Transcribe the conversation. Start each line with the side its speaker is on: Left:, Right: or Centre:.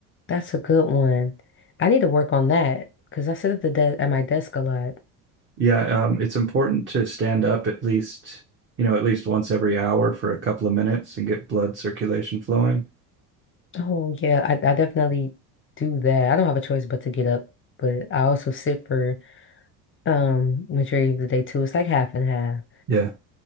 Left: That's a good one. I need to work on that because I sit at the de at my desk a lot.
Right: Yeah, um, it's important to stand up at least, you know, at least once every hour for a couple of minutes and get blood circulation flowing.
Left: Oh yeah, I, I definitely do that. I don't have a choice but to get up, but I also sit for um majority of the day too. It's like half and half.
Right: Yeah,